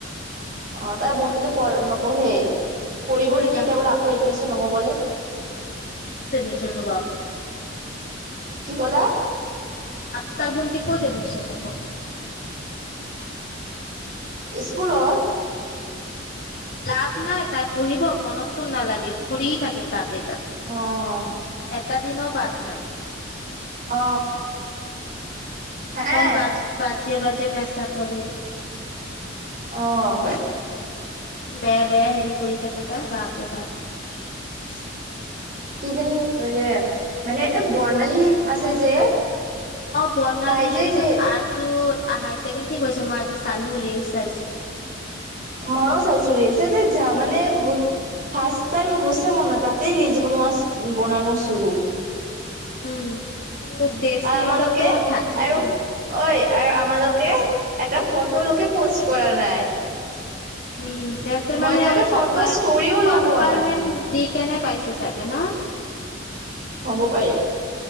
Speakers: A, on the right (about 45°); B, on the left (about 50°).
A: আহ তাৰ বোনটোতো নপহেই পৰিব
B: ছাৰ
A: নেকি
B: জানো
A: এতিয়া বোলে
B: ক'ত
A: আকৌ এডমিছন হব বোলে
B: এডমিশন লব আকৌ
A: কি কলা
B: আপ তাৰ ভণ্টি ক'ত এডমিছন ল'ব
A: এ স্কুলত
B: লাভ নাই তাই পঢ়িব মনততো নালাগে ঘুৰি থাকে তাতেই তাতে
A: অ',
B: এটা দিনো বাদ নাই
A: অ হে
B: ইমান বাজ বাজে বাজে নচা কৰে
A: আহ
B: ইমান বেয়া বেয়া হেৰি কৰি থাকে তাই বাপ বে বাাৰ
A: কি যে যে মানে বৰ্ণালী আছে যে
B: অ বনালি
A: তাই যে
B: পিছত
A: যে
B: আজু আহ হায় চছেকেণ্ড কৈছে মই আজি চালো ৰি চাইছো
A: ময়ো চাইছো ৰিলচ য মানে ফাৰ্ষ্ট টাইম গৈছে মন তাতেই ৰিলচ বনোৱা বনানো চৰু
B: উম ড্ৰেছটো
A: আৰু আমালোকে
B: ইউনিফৰ্মটো অলপ ঢাকি
A: আৰু
B: মানে
A: ঐ আৰু আমালোকে এটা ফটো লোকে পোষ্ট কৰা নাই
B: উম তেন্তে
A: মইতো
B: মানে
A: এটা
B: আৰু
A: ফটো
B: কম
A: ষ্টৰিও লগোৱা
B: কম্পাৰমেন্ট
A: নাই
B: দি কেনে পাইছে চাগে ন
A: হ'ব পাৰে